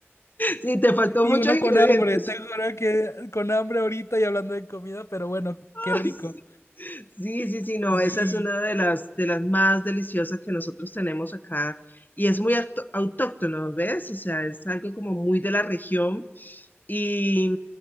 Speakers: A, on the left; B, on the left.
A: Sí, te faltó
B: Y
A: muchos
B: uno
A: ingredientes.
B: con hambre, te juro que con hambre ahorita y hablando de comida, pero bueno, qué
A: Ay,
B: rico.
A: sí. Sí, sí, sí, no,
B: Sí.
A: esa es una de las, de las más deliciosas que nosotros tenemos acá y es muy auto- autóctono, ¿ves? O sea, es algo como muy de la región y,